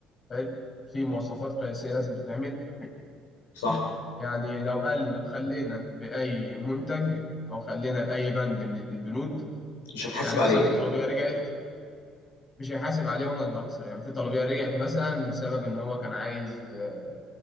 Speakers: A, on the left; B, on the left.
A: حلو في مواصفات قياسية لازم تتعمل
B: صح
A: <clears throat> يعني لو قال لو خلينا بأي منتج أو خلينا بأي بند من البنود
B: مش هتحاسب
A: يعني مثلا
B: عليه
A: في طلبية رجعت مش هيحاسب عليه وأنا اللي هخسر يعني في طلبية رجعت مثلا بسبب إن هو كان عايز آه،